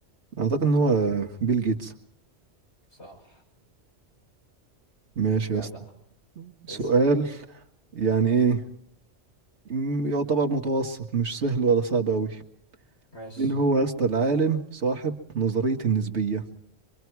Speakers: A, on the right (about 85°); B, on the left (about 75°).
A: أعتقد إن هو بيل جيتس
B: صح
A: ماشي
B: <laughs> جدع
A: يا اسطى سؤال
B: اسأل
A: يعني إيه م- يعتبر متوسط مش سهل ولا صعب أوي
B: ماشي
A: مين هو يا اسطى العالم صاحب نظرية النسبية